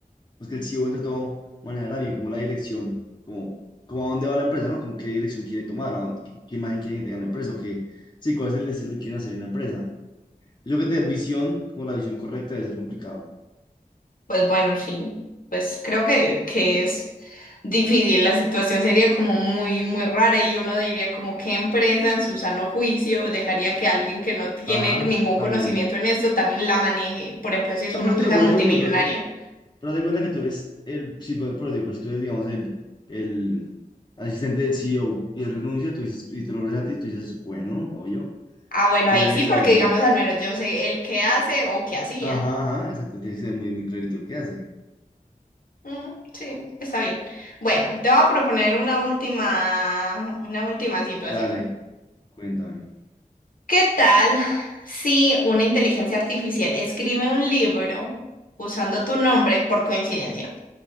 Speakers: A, on the left; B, on the left.
A: pues que el CEO entre todo maneja también como la dirección, como, como a dónde va la empresa, ¿no? Como qué dirección quiere tomar, a dónde- qué, qué imagen quiere que tenga la empresa, o qué, sí, cuál es el destino que quieren hacer en la empresa. Yo creo que tener visión, como la visión correcta, debe ser complicado.
B: pues bueno, sí, pues creo que, que es. difícil, la situación sería como muy, muy rara y uno diría como qué empresa en su sano juicio dejaría que alguien que no tiene
A: Ajá,
B: ningún
A: también.
B: conocimiento en esto también la maneje, por ejemplo, si es
A: No,
B: una
A: pero
B: empresa
A: te digo, pero,
B: multimillonaria.
A: pero te digo, pero, pero, pero haz de cuenta que tú eres el, sí, pero, pero te digo, pero si tú eres, digamos, el, el asistente del CEO y él renuncia, tú dices, y te lo ofrecen a ti, tú dices, bueno, obvio.
B: Ah, bueno,
A: Tú
B: ahí
A: ya debes
B: sí, porque
A: saber, mm,
B: digamos al menos yo sé el qué hace o qué hacía.
A: ajá, ajá, exacto, tienes que ser muy, muy clarito el que hace.
B: Mm, sí, está bien. Bueno, te voy a proponer una última, una última situación.
A: Dale, cuéntame.
B: ¿Qué tal si una inteligencia artificial escribe un libro usando tu nombre por coincidencia?